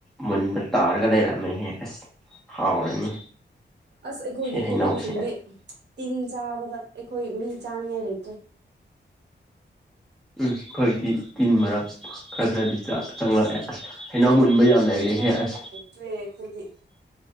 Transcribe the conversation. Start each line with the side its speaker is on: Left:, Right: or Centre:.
Centre: ꯃꯨꯟꯕ ꯇꯥꯔꯒ ꯂꯩꯔꯝꯃꯦꯍꯦ ꯑꯁ ꯍꯥꯎꯔꯅꯤ
Right: ꯑꯁ ꯑꯩꯈꯣꯏꯒꯤ
Centre: ꯁꯤ ꯍꯩꯅꯧꯁꯦ
Right: ꯍꯩꯅꯧꯁꯤꯡꯗꯤ ꯇꯤꯟ ꯆꯥꯕꯗ ꯑꯩꯈꯣꯏ ꯃꯤ ꯆꯥꯅꯤꯉꯥꯏ ꯂꯩꯇ꯭ꯔꯦ
Centre: ꯎꯝ ꯐꯣꯏꯗꯤ ꯇꯤꯟ ꯃꯔꯛ ꯈ ꯈꯔꯗꯤ ꯆ ꯆꯪꯉ ꯍꯩꯅ ꯍꯟꯕ ꯌꯥꯝ ꯂꯩꯔꯦꯍꯦ
Right: ꯆꯥꯅꯤꯡꯉꯥꯏ
Centre: ꯑꯁ
Right: ꯂꯩꯇ꯭ꯔꯦ ꯑꯩꯈꯣꯏꯗꯤ